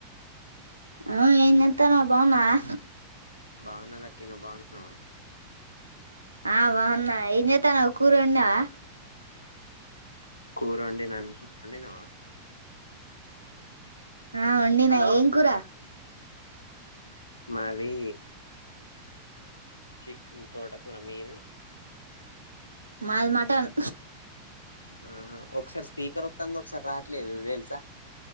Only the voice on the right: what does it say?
ఆ ఏం చేతన్నావ్ బావున్నావా.
ఆ బావున్నా. ఏం చేతాన్నవ్, కూర వండినవా.
ఆ వొండినా ఏం కూరా.
మాది మటన్.